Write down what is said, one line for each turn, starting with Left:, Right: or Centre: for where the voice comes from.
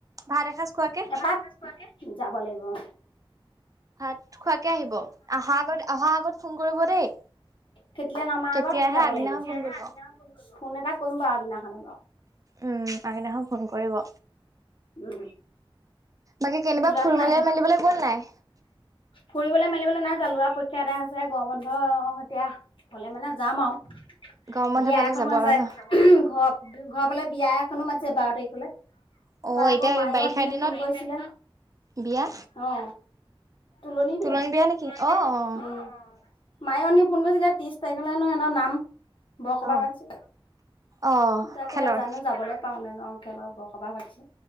Right: ভাত এসাঁজ খোৱাকে।
Left: এপাক যাব লাগিব উম।
Right: ভাত খোৱাকে আহিব, আহা আগত অহা আগত ফোন কৰিব দেই।
Left: খেতিলে নমাৰ
Right: কেতিয়া
Left: আগত
Right: আহে
Left: যাব
Right: আগদিনাখন
Left: লাগিব,
Right: ফোন কৰিব।
Left: ফোন এটা কৰিম বাৰু আগদিনাখনে বাৰু।
Right: উম আগদিনাখন ফোন কৰিব।
Left: উম
Right: বাকী কেনিবা
Left: ল'ৰাটো
Right: ফুুৰবলৈ
Left: নাহিল।
Right: মেলিবলৈ গ'ল নাই?
Left: ফুৰিবলৈ মেলিবলৈ নাই নাইযোৱা, লৰা পৰীক্ষা আদায় হৈছেহে গৰ বন্ধ এতিয়া হলে মানে যাম আৰু
Right: গৰম বন্ধ
Left: বিয়া
Right: পালে
Left: এখনো
Right: যাব
Left: আছে।
Right: আৰু ন?
Left: ঘৰ ঘৰৰ ফালে বিয়া এখনো মাতিছে বাৰ তাৰিখলৈ। তাৰপৰা
Right: অ এতিয়া
Left: আকৌ মায়েও
Right: বাৰিষা
Left: অথনি
Right: দিনত
Left: ফোন কৰিছিলে,
Right: বিয়া
Left: অ। তুলনি
Right: তুলনী
Left: বিয়া।
Right: নেকি
Left: তুলনি
Right: অ
Left: বিয়া নেকি?
Right: অ
Left: উম। মাই অথনি ফোন কৰিছিলে ত্ৰিশ তাৰিখলৈ হেনো সিহঁতৰ নাম বৰ সবাহ
Right: অ
Left: পাতিছে
Right: অ
Left: তাকে
Right: খেলৰ
Left: জানো যাবলৈ পাওঁ নে নোৱাৰো খেলৰ বৰসবাহ পাতিছে।